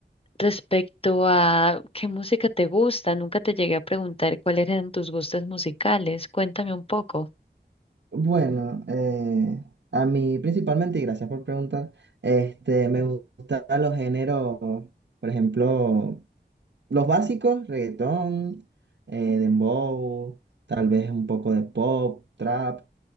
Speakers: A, on the left (about 30°); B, on the right (about 75°).
A: respecto a qué música te gusta. Nunca te llegué a preguntar cuáles eran tus gustos musicales. Cuéntame un poco.
B: Bueno, eh, a mí principalmente, y gracias por preguntar, este, me gustan los géneros, por ejemplo, los básicos, reggaetón, eh, dembow, tal vez un poco de pop, trap.